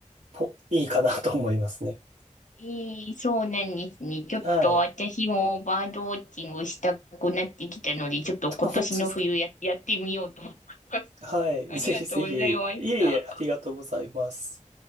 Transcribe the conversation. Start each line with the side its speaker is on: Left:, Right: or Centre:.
Right: ぽいいかなと思いますね。
Left: ええそうなんですね。ちょっと私もバードウォッチングをしたくなってきたので、
Right: はい。
Left: ちょっと今年の冬や、
Right: <laughs> そうですか
Left: やってみようと思います。
Right: はい。
Left: <laughs> ありがとうございました。
Right: ぜひぜひ。いえいえ、ありがとうございます。